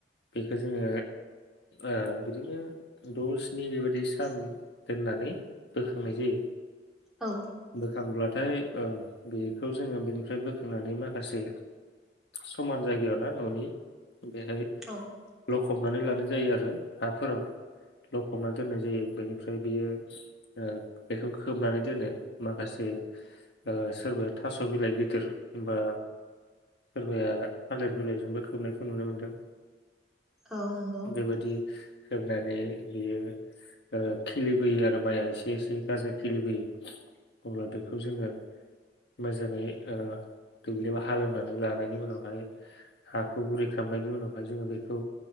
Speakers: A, on the left; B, in the centre.
A: बेखौ जोङो ओ बिदिनो द' स्नि बेबायादि सान दोननानै बोखांनाय जायो
B: औ
A: बोखांब्लाथाय ओ बेखौ जोङो बेनिफ्राय बोखांनानै माखासे समान जायगायाव ना न'नि <unintelligible>
B: औ
A: खबनानै लानाय जायो आरो हाफोराव लखबनानै दोननाय जायो बेनिफ्राय बियो ओ बेखौ खोबनानै दोनो माखासे ओ सोरबाया थास' बिलाइ गोदिर होनबा सोरबाया थालिर बिलाइजोंबो खोबनायखौ नुनो मोनदों।
B: औ नंगौ
A: <inaudible> बेबायादि हेबनानै बियो ओ खिलिबोयो आरो माइआ एसे एसे गाजा खिलिबोयो अब्ला बेखौ जोङो मोजाङै ओ दुब्लिआव हालेवनानै लानायनि उनावहाय हाखौ गुरै खालामनायनि उनावहाय जोङो बेखौ